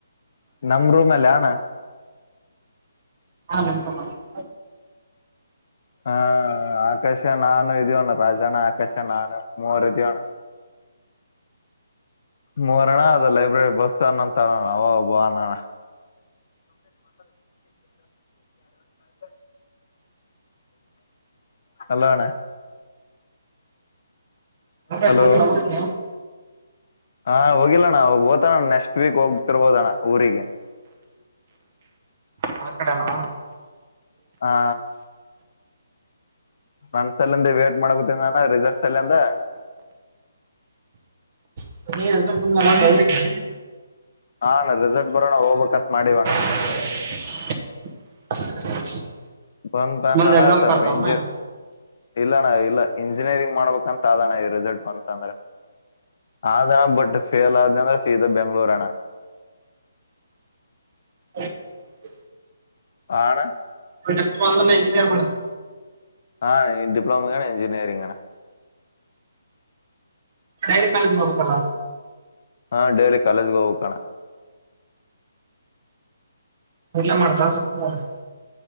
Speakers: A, on the left; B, on the right.
A: ನಮ್ಮ ರೂಮ್ ಅಲ್ಲ ಅಣ್ಣ
B: ಹಾ ನಿಮ್ಮ <unintelligible>
A: ಹಾ ಆಕಾಶ ನಾನು ಇದ್ಯವಣ್ಣ ರಾಜಣ್ಣ ಆಕಾಶ ನಾನು ಮೂವರ್ ಇದೀವಣ್ಣ <unintelligible> ಮೂರಣ್ಣ ಅದು ಲೈಬ್ರರಿ ಬಸ್ತ ಅನ್ನಂತ ಅವ ಒಬ್ಬ ಅಣ್ಣ <unintelligible> ಮಾತಾಡಿ <inaudible> <inaudible> ಹೆಲೋ ಅಣ್ಣ
B: <unintelligible>
A: ಹಲೋ ಹಾ ಹೋಗಿಲ್ಲಣ ಓತಣ್ಣ ನೆಕ್ಸ್ಟ್ ವೀಕ್ ಹೋಗ್ತಿರ್ಬೋದಣ ಊರಿಗೆ
B: ಹಾ ತರನಾ
A: ಹಾ ನನ್ಸಲ್ಲಂದ ವೇಟ್ ಮಾಡ್ಕೊತನ ನಾನ ರಿಸಲ್ಟ್ ಸಲ್ಂದ
B: <unintelligible>
A: ಹಾ ಅಣ್ಣ ರೆಸರ್ಟ್ ಬರೋಣ ಹೋಗ್ಬೇಕಕ್ಂತ ಮಾಡಿವಿ ಅಣ್ಣ
B: <inaudible>
A: ಬಂತಂದ ಅಣ್ಣ
B: ಬಂದ್ ಎಕ್ಸಾಮ್
A: ಸಲ್ಪ
B: ಬರ್ತಾವನ
A: <unintelligible> ಇಲ್ಲಣ್ಣ ಇಲ್ಲ ಇಂಜಿನಿಯರಿಂಗ್ ಮಾಡ್ಬೇಕಂತ ಅಣ್ಣ ಈ ರಿಸಲ್ಟ್ ಬಂತ ಅಂದ್ರೆ ಆದ ಅಣ ಬಟ್ ಫೇಲ್ ಆದ ಅಂದ್ರೆ ಸೀದ ಬೆಂಗ್ಳೂರಣ್ಣ
B: <unintelligible>
A: ಹಾ ಅಣ್ಣ
B: <unintelligible>
A: ಹಾ ನೀ ಡಿಪ್ಲೋಮಏ್ಣ ಇಂಜಿನಿಯರಿಂಗ್ಣ
B: ಡೈಲಿ ಕಾಲೇಜ್ ನೋಡಬೇಕು ಅಲಾ
A: ಹಾ ಡೈಲಿ ಕಾಲೇಜ್ಗೆ ಹೋಗ ಬೇಕು ಅಣ್ಣ
B: <unintelligible> <inaudible>